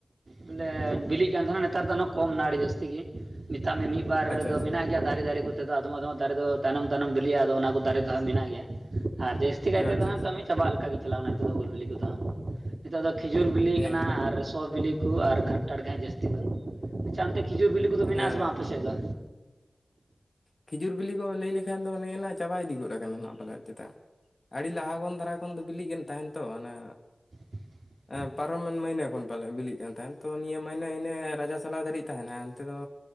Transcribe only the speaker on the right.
ᱵᱚᱞᱮ ᱵᱤᱞᱤᱜ ᱠᱟᱱ ᱛᱟᱦᱮᱱᱟ ᱱᱮᱛᱟᱨ ᱫᱚ ᱚᱱᱮ ᱠᱚᱢ ᱱᱟ ᱟ. ᱰᱤ ᱡᱟᱹᱥᱛᱤ ᱜᱤ ᱢᱮᱛᱟᱜ ᱢᱮ ᱢᱤᱫ ᱵᱟᱨ
ᱫᱚ
ᱢᱮᱱᱟᱜ ᱜᱮᱭᱟ ᱫᱟᱨᱮ ᱫᱟᱨᱮ ᱠᱚᱛᱮ ᱫᱚ ᱟᱫᱚᱢ ᱟᱫᱚᱢ ᱟᱜ ᱫᱟᱨᱮ ᱫᱚ ᱛᱟᱭᱱᱚᱢ ᱛᱟᱭᱱᱚᱢ ᱵᱤᱞᱤᱜ-ᱟ ᱟᱫᱚ ᱚᱱᱟ ᱠᱚ ᱫᱟᱨᱮ ᱫᱚ ᱦᱟᱸᱜ ᱢᱮᱱᱟᱜ ᱜᱮᱭᱟ ᱟᱨ ᱡᱮᱥᱛ ᱪᱤᱠᱟ. ᱭ ᱛᱮᱫᱚ
ᱦᱟᱸᱜ
ᱠᱟ. ᱢᱤ ᱪᱟᱵᱟᱜ ᱞᱮᱠᱟᱜ ᱜᱮ ᱪᱟᱞᱟᱣ ᱱᱟ ᱱᱤᱛᱚᱜ ᱫᱚ ᱩᱞ ᱵᱤᱞᱤ ᱠᱚᱫᱚ ᱦᱟᱸᱜ ᱱᱤᱛᱚᱜ ᱫᱚ ᱠᱷᱤᱡᱩᱨ ᱵᱤᱞᱤ
ᱠᱟᱱᱟ
ᱟᱨ ᱚ ᱵᱤᱞᱤ ᱠᱚ ᱟᱨ ᱠᱷᱟᱱᱴᱟᱲ ᱜᱮ ᱦᱟᱸᱜ ᱡᱟᱹᱥᱛᱤ ᱫᱚ ᱟᱪᱪᱷᱟ ᱚᱱᱛᱮ ᱠᱷᱤᱡᱩᱨ ᱵᱤᱞᱤ ᱠᱚᱫᱚ ᱢᱮᱱᱟᱜ-ᱟ
ᱥᱮ ᱵᱟᱝ ᱟᱯᱮ ᱥᱮᱫ ᱫᱚ
<inaudible>